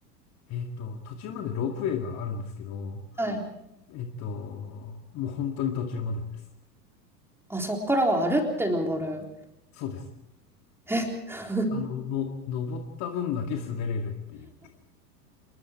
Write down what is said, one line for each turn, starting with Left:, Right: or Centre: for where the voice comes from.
Left: えっと、途中までロープウェイがあるんですけど、
Centre: はい。
Left: えっと、もう本当に途中までです。
Centre: あ、そっからは歩って登る。
Left: そうです。
Centre: え <laughs>
Left: あの、の、登った分だけ滑れるっていう。